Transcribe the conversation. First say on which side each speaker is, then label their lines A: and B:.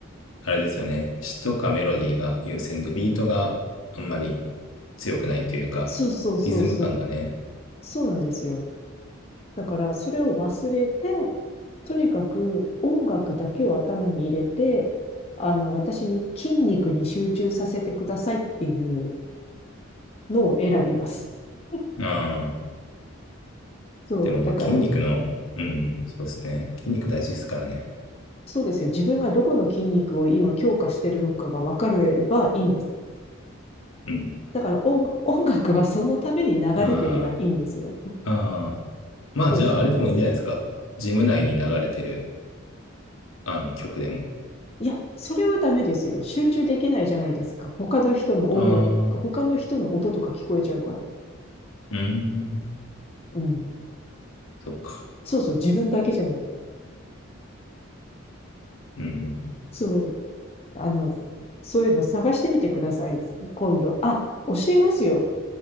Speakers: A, on the left (about 85°); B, on the left (about 30°).
A: あれですよね。詩とかメロディーが優先で、ビートがあんまり強くないというか、
B: そうそうそうそう。
A: リズム感がね。
B: そうなんですよ。だから、それを忘れて、とにかく音楽だけを頭に入れて、あの、私に筋肉に集中させてくださいっていうのを選びます。<laughs>
A: ああ、
B: そう。
A: でもまあ筋肉の、
B: だから、
A: うん、そうですね。筋肉大事ですからね。
B: そうですよ。自分がどこの筋肉を今強化してるのかが分かればいいんです。
A: うん。
B: だから音、音楽はそのために流れてればいいんですよ。
A: ああ、ああ、まあじゃああれでもいいんじゃないですか。
B: そうそうそう。
A: ジム内に流れてる、あの曲でも。
B: いや、それはダメですよ。集中できないじゃないですか。他の人の音楽、
A: ああ、
B: 他の人の音とか聞こえちゃうから。
A: うーん、
B: うん。
A: そっか。
B: そうそう、自分だけじゃない。
A: うん、
B: そう。あの、そういうの探してみてください。今度。あ、教えますよ。